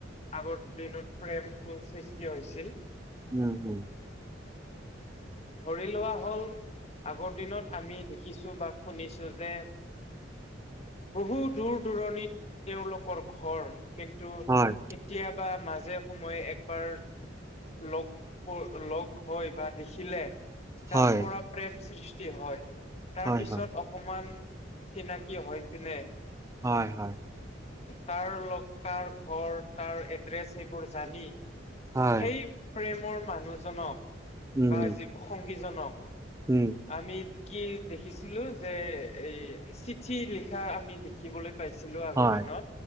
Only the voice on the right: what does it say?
উম, হুম।
হয়
হয়
হয়
হয়
হয়-হয়।
হয়
উম
উম
হয়